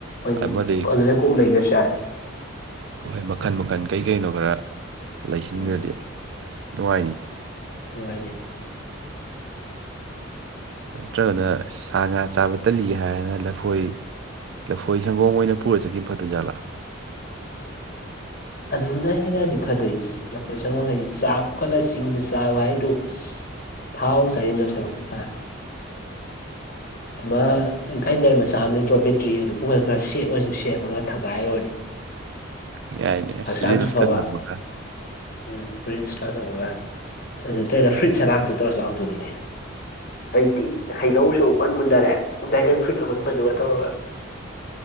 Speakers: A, on the left (about 45°); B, on the right (about 60°).
A: ꯍꯣꯏꯅꯦ
B: ꯑꯃꯗꯒꯤ
A: ꯑꯗꯨꯗꯩ ꯀꯣꯛ ꯂꯩꯒ꯭ꯔꯁꯨ ꯌꯥꯔꯦ
B: ꯍꯣꯏ ꯃꯈꯟ ꯃꯈꯟ ꯀꯩꯀꯩꯅꯣ ꯈꯔ ꯂꯩꯁꯤꯟꯈ꯭ꯔꯗꯤ
A: ꯎꯝ
B: ꯅꯨꯡꯉꯥꯏꯅꯤꯅꯦ
A: ꯅꯨꯡꯉꯥꯏꯅꯦ
B: ꯅꯠꯇ꯭ꯔꯒꯅ ꯁꯥ ꯉꯥ ꯆꯥꯕ ꯇꯜꯂꯤ ꯍꯥꯏꯔꯅ ꯂꯐꯣꯏ ꯂꯐꯣꯏ ꯁꯪꯒꯣꯝ ꯑꯣꯏꯅ ꯄꯨꯔ ꯆꯠꯈꯤꯕꯅ ꯐꯗꯣꯏ ꯖꯥꯠꯂ
A: ꯑꯗꯨꯅ ꯍꯦꯟꯅꯗꯤ ꯐꯗꯣꯏꯅꯤꯅꯦ ꯂꯐꯣꯏ ꯁꯪꯒꯣꯝ ꯍꯥꯏꯗꯤ ꯆꯥꯛꯈꯠꯂ ꯆꯤꯡꯁꯨ ꯆꯥꯕ ꯍꯥꯏꯗꯣ ꯊꯥꯎ ꯆꯥꯖꯤꯟꯗ ꯁꯔꯨꯛ ꯍꯥ ꯑꯃ ꯒ꯭ꯔꯥꯏꯟꯗꯔ ꯃꯆꯥ ꯑꯃ ꯂꯩꯠꯇ꯭ꯔꯣ ꯕꯦꯇ꯭ꯔꯤ ꯑꯗꯨ ꯄꯨꯡ ꯈꯔ ꯁꯦ ꯑꯣꯏꯔꯁꯨ ꯁꯦꯝꯃꯒ ꯊꯒꯥꯏꯔꯨꯔꯗꯤ
B: ꯌꯥꯏꯅꯦ ꯑꯁ
A: ꯍꯛꯆꯥꯡꯁꯨ
B: ꯔꯤꯜꯁꯀ
A: ꯐꯕ
B: ꯅꯝꯃꯒ
A: ꯎꯝ ꯐ꯭ꯔꯤꯟꯁ ꯀꯥ ꯇꯃꯒ ꯑꯗꯨ ꯇꯩꯅ ꯐ꯭ꯔꯨꯏꯠ ꯁꯦꯂꯥꯥꯛꯇꯣ ꯇꯧꯔ ꯆꯍꯧꯗꯣꯏꯅꯤꯅꯦ ꯑꯩꯇꯤ ꯍꯩꯅꯧꯁꯨ ꯃꯨꯟ ꯃꯨꯟꯅꯔꯦ ꯗ꯭ꯔꯦꯒꯟ ꯐ꯭ꯔꯨꯏꯠ ꯑꯃꯨꯟꯕꯗꯨꯒ ꯇꯧꯔꯒ